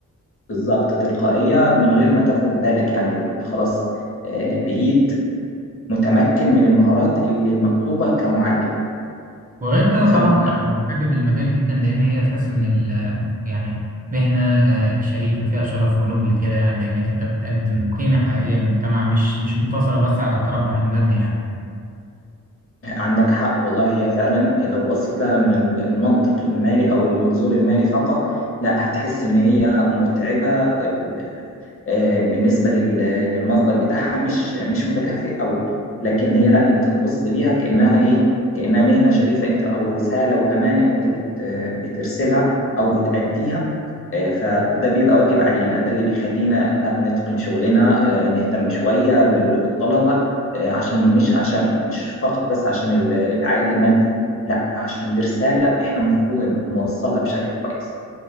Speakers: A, on the left; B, on the right.
A: بالظبط تلقائية من غير ما تاخد بالك يعني انت خلاص آه، بقيت متمكن من المهارات اللي مطلوبة كمعلم
B: وغير كده
A: فالم-
B: طبعا أنا حابب المجال جدا لأن هي تحس من ال يعني مهنة آه، شريفة فيها شرف ونبل كده يعني لأنك أنت بتقدم قيمة حقيقية للمجتمع مش مش مقتصرة بس على التربح المادي يعني
A: عندك حق والله هي فعلا لو بصيت لها من ال- المنطق المالي او المنظور المالي فقط لا هتحس ان هي متعبة آه، ب- آه، بالنسبة لل- للمصدر بتاعها مش مش متكافئ قوي لكن هي لا انت تبص ليها كأنها ايه كأنها مهنة شريفة انت او رسالة وامانة انت بت آه، بترسلها او بتأديها آه، فده بيبقى واجب علينا ده اللي بيخلينا لا نتقن شغلنا آه، نهتم شوية بال- بالطلبة آه، عشان مش عشان مش فقط بس عشان ال- العائد المادي لا عشان دي رسالة احنا المفروض نوصلها بشكل كويس